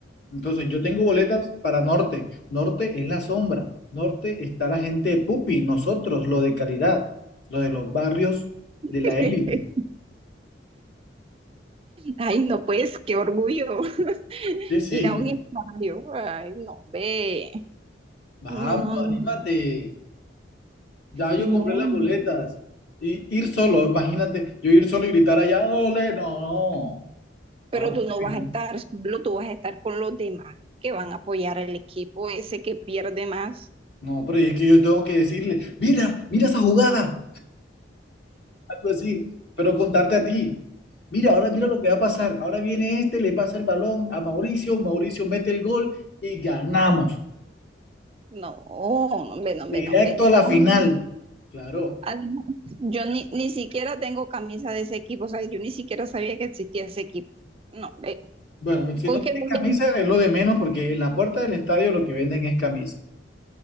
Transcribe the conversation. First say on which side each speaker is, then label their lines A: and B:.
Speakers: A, on the left; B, on the right.
A: Entonces, yo tengo boletas para Norte. Norte es la sombra. Norte está la gente de Pupi, nosotros, lo de calidad, lo de los barrios
B: <laughs>
A: de la élite.
B: Ay, no, pues, qué orgullo <laughs>
A: Sí, sí.
B: ir a un estadio. Ay, no, ve.
A: Vamos,
B: No, no, no,
A: anímate. Ya yo
B: no.
A: compré las boletas. Y ir solo, imagínate, yo ir solo y gritar allá, ole, no,
B: pero
A: no.
B: tú no vas
A: No,
B: a estar solo, tú vas a estar con los demás que van a apoyar al equipo ese que pierde más.
A: no, pero es que yo tengo que decirle, mira, mira esa jugada, algo así, pero contarte a ti. Mira, ahora mira lo que va a pasar. Ahora viene este, le pasa el balón a Mauricio, Mauricio mete el gol y ganamos.
B: No, no, hombre, no, hombre,
A: Directo
B: no, hombre.
A: a la
B: Ah,
A: final. Claro.
B: Además, Yo ni, ni siquiera tengo camisa de ese equipo, o sea, yo ni siquiera sabía que existía ese equipo. No, ve,
A: Bueno, si
B: ¿con
A: no tienes
B: qué voy
A: camisa
B: a ir?
A: es lo de menos porque en la puerta del estadio lo que venden es camisa.